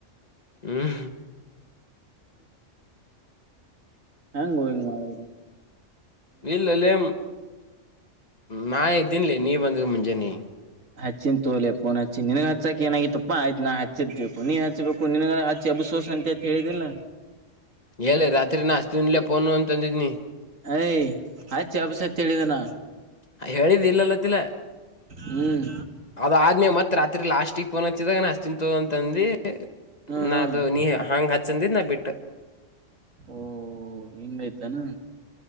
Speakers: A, on the left (about 35°); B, on the right (about 85°).
A: ಹ್ಮ್.
B: ಹೆಂಗೋ ಹಿಂಗ್ ಮಾಡಿದ್ರ್.
A: ಇಲ್ಲಲೇ ನಾ ಎದ್ದನ್ಲಿ ನೀ ಬಂದಿಲ್ಲ ಮುಂಜಾನೆ.
B: ಹಚ್ಚಿನ ತೋಲೆಪ್ಪೋ ಹಚ್ಚಿ ನಿನಗ್ ಹಚ್ಚಾಕ ಏನಾಗಿತಪ್ಪ್ ಆಯ್ತ್ ನಾ ಹಚ್ಚಿದ್ದು ತಿಳ್ಕೊ ನೀನ್ ಹಚ್ಬೇಕು. ನಿನಗ ಹಚ್ಚಿ ಎಬ್ಸಿಸ್ ಅಂತ ಕೇಳಿದಿಲ್ಲ.
A: <unintelligible> ಎಲ್ಲಿ ರಾತ್ರಿ ನಾ ಅಚ್ತಿನಲ್ಲ ಫೋನ್ ಅಂತ ಅಂದಿದ್ದನಿ.
B: ಐ ಹಚ್ಚ ಎಬಸ್ ಅಂತ ಹೇಳಿದನ.
A: ಹೇಳಿದಿ ಇಲ್ಲಾಲ್ಲತಿಲ್ಲ.
B: ಹ್ಮ್
A: ಅದ ಆದ್ಮ್ಯಾ ಮತ್ತ್ ರಾತ್ರಿ ಲಾಸ್ಟಗ್ ಪೋನ್ ಹಚ್ಚಿದಾಗ ನಾ ಹಚ್ತಿನಿ ತಗೋ ಅಂತ ಅಂದಿ.
B: ಹ್ಮ್
A: ನಾ
B: ಹ್ಮ್
A: ಅದು ನೀ ಹಾಂಗ ಹಚ್ಚಂದಿ ನಾ ಬಿಟ್ಟ.
B: ಓಹ ಹಿಂಗಾಯ್ತನ.